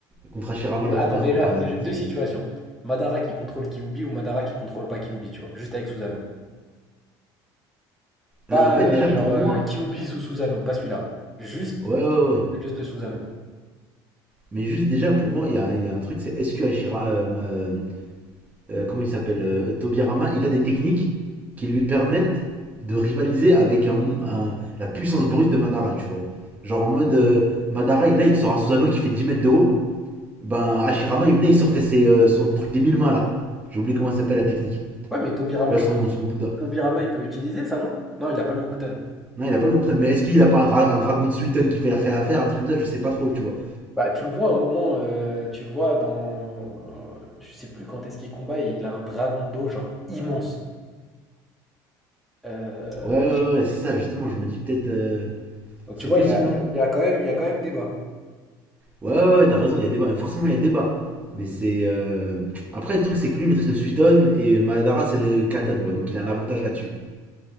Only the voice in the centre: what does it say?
Euh,
Attends,
déjà,
déjà,
deux situations. Madara qui contrôle Kyuubi ou Madara qui contrôle pas Kyuubi, tu vois, juste avec Susanoo. Pas
euh,
genre
euh,
Kyuubi sous Susanoo, pas celui-là. Juste,
juste le Susanoo.
Tobirama.
Ouais, mais Tobirama,
je
crois que
Tobirama, il peut utiliser ça, non? Non, il a pas le Mokutan.
Bah, tu le vois à un moment, euh, tu le vois dans. euh, Je sais plus quand est-ce qu'il combat, il a un dragon d'eau, genre immense. Euh,
Donc
tu vois,
il y a, il
y a- il y a quand même, il y a quand même débat.